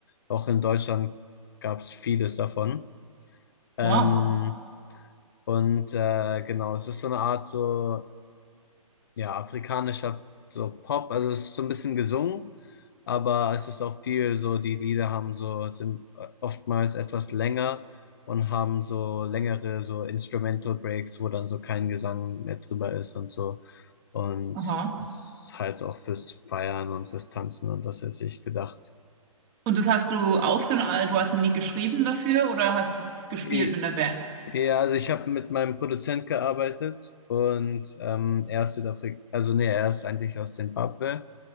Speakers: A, on the left (about 40°); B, on the right (about 25°).
A: Auch in Deutschland gab es vieles davon. Ähm,
B: Wow.
A: und äh, genau, es ist so eine Art so ja, afrikanischer so Pop, also es ist so ein bisschen gesungen, aber es ist auch viel so, die Lieder haben so, sind äh, oftmals etwas länger und haben so längere so Instrumental Breaks, wo dann so kein Gesang mehr drüber ist und so. Und
B: Aha.
A: es ist halt auch fürs Feiern und fürs Tanzen und was weiß ich gedacht.
B: Und das hast du aufgenommen, du hast ein Lied geschrieben dafür oder hast es gespielt
A: E-
B: mit einer Band?
A: Ja, also ich habe mit meinem Produzent gearbeitet und ähm, er ist Südafrika, also nee, er ist eigentlich aus Zimbabwe,